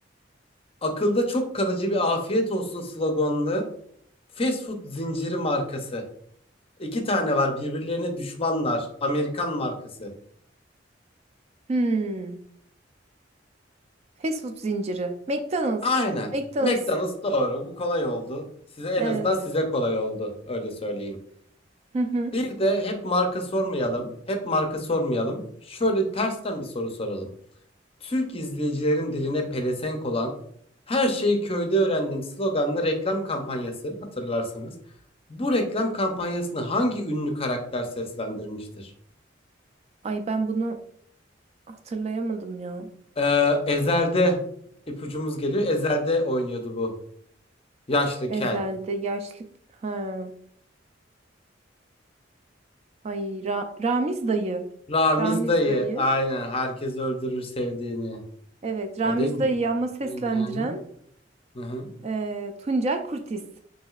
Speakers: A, on the left; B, on the right.
A: Akılda çok kalıcı bir afiyet olsun sloganlı fast food zinciri markası. İki tane var birbirlerine düşmanlar. Amerikan markası.
B: Hmm. Fast food zinciri. McDonald's.
A: Aynen.
B: McDonald's.
A: McDonald's doğru. Bu kolay oldu. Size en
B: Evet.
A: azından size kolay oldu. Öyle söyleyeyim.
B: Hı hı.
A: Bir de hep marka sormayalım. Hep marka sormayalım. Şöyle tersten bir soru soralım. Türk izleyicilerin diline pelesenk olan "Her şeyi köyde öğrendim" sloganlı reklam kampanyası hatırlarsınız. Bu reklam kampanyasını hangi ünlü karakter seslendirmiştir?
B: Ay ben bunu hatırlayamadım ya.
A: Ee, Ezel'de ipucumuz geliyor. Ezel'de oynuyordu bu. Yaşlı
B: Ezel'de
A: kel.
B: yaşlı... Ha. Ay Ra- Ramiz dayı.
A: Ramiz
B: Ramiz
A: dayı.
B: dayı.
A: Aynen. Herkes öldürür sevdiğini.
B: Evet Ramiz
A: O değil miydi?
B: dayıyı ama seslendiren
A: Aynen. Hı hı. Hı hı.
B: e, Tuncel Kurtiz.